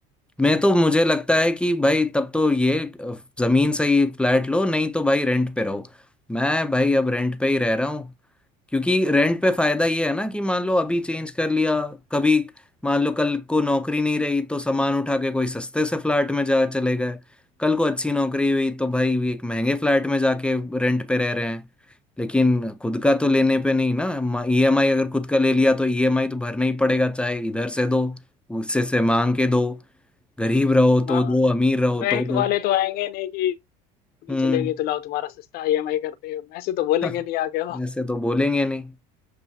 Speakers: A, in the centre; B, on the left (about 65°).
A: मैं तो मुझे लगता है कि भाई तब तो ये अ, जमीन से ही फ्लैट लो नहीं तो भाई रेंट पे रहो मैं भाई अब रेंट पे ही रह रहा हूँ क्योंकि रेंट पे फायदा ये है ना कि मान लो अभी चेंज कर लिया कभी मान लो कल को नौकरी नहीं रही तो सामान उठा के कोई सस्ते से फ्लैट में जा चले गए कल को अच्छी नौकरी हुई तो भाई ये एक महंगे फ्लैट में जाके रेंट पे रह रहे हैं लेकिन खुद का तो लेने पे नहीं ना ईएमआई अगर खुद का ले लिया तो ईएमआई तो भरना ही पड़ेगा चाहे इधर से दो उससे से मांग के दो गरीब रहो तो
B: हाँ
A: दो अमीर रहो
B: बैंक
A: तो दो
B: वाले तो आएंगे नहीं कि पूरी
A: हम्म
B: चले गए तो लाओ तुम्हारा सस्ता ईएमआई कर दे ऐसे तो बोलेंगे
A: <laughs>
B: नहीं आगे
A: ऐसे तो बोलेंगे नहीं